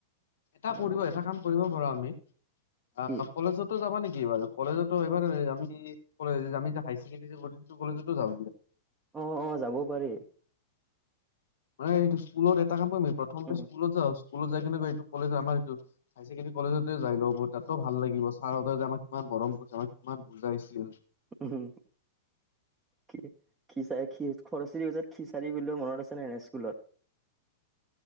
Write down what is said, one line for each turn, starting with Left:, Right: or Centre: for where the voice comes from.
Left: এটা
Right: উম
Left: কৰিব এটা কাম কৰিব পাৰো আমি। আহ,
Right: কি
Left: কলেজতো যাবা নেকি? কিবাৰ কলেজতো এইবাৰ কি হকেণ্ডী পো কলেজতো যা
Right: অ - অ যাবও পাৰি।
Left: মানে এইটোকুলত এটা কমকৰি প্ৰথমতে
Right: উম
Left: স্কুলত যা <unintelligible> স্কুলত যাই কেনে এইটো কলেজ আমাৰ এইটো হাই ছেকেণ্ডৰি কলেজতে যাই ল'ব তাতো ভাল লাগিব ছাৰহতে যে আমাৰ কিমান মৰম কৰিছে আৰু কিমান বুজা আহছিল।
Right: উম, কি খিচাৰ খ - খৰসীৰ ওজাত খিচাৰি বও মনত আছে নাই এনে স্কুলত। <inaudible>